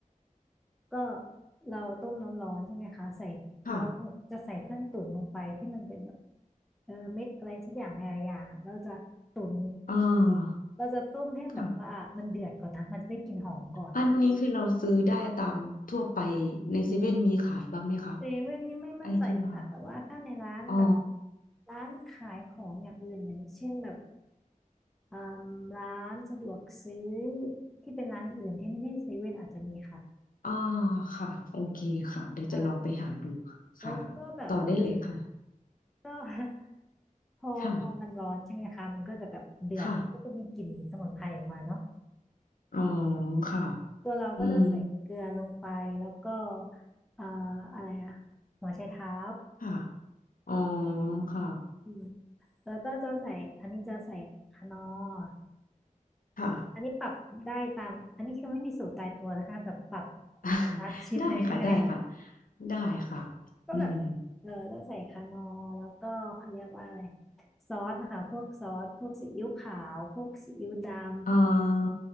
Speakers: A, in the centre; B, on the left.
A: ก็เราต้มน้ำร้อนใช่ไหมคะใส่เรา
B: ค่ะ
A: จะใส่เครื่องตุ๋นลงไปที่มันเป็นแบบเออเม็ดอะไรสักอย่างอะไรอย่างอะเราจะตุ๋น
B: อ่า
A: เราจะต้มให้แบบว่ามันเดือดก่อนนะมันจะได้กลิ่นหอมก่อน
B: ค่ะ อันนี้คือเราซื้อได้ตามทั่วไปในเซเว่นมีขายบ้างไหมคะ
A: เซเว่นนี่ไม่มั่นใจค่ะแต่ว่าถ้าในร้านแบบ
B: ไอที่ว่าอ๋อ
A: ร้านขายของอย่างอื่นอย่างเช่นแบบ อมร้านสะดวกซื้อที่เป็นร้านอื่นๆที่ไม่ใช่เซเว่นอาจจะมีค่ะ
B: อ่าค่ะโอเคค่ะเดี๋ยวจะลองไปหาดูค่ะค่ะ
A: อ่าแล้วก็แบบ
B: ต่อได้เลยค่ะ
A: ก็ <laughs> พอพอมันร้อนใช่ไหมคะมันก็จะแบบเดือดมันก็จะมีกลิ่นสมุนไพรออกมาเนาะ
B: ค่ะค่ะอ๋อค่ะ
A: ตัวเราก็จะใส่เกลือลงไปแล้วก็
B: อืม
A: เอ่ออะไรอะหัวไชเท้า
B: ค่ะอ๋อค่ะ
A: อืมแล้วก็จะใส่อันนี้จะใส่คนนอร์
B: ค่ะ
A: อันนี้ปรับได้ตามอันนี้คือไม่มีสูตรตายตัวนะคะแบบปรับเอาตาม
B: <laughs>
A: <laughs> ชิมไปเรื่อย
B: ได้ค่ะ ได้ค่ะ ได้ค่ะ
A: ก็แบบ
B: อืม
A: เออก็ใส่คานอร์แล้วก็เขาเรียกว่าอะไรซอสนะคะพวกซอสพวกซีอิ๊วขาวพวกซีอิ๊วดำ
B: อ่า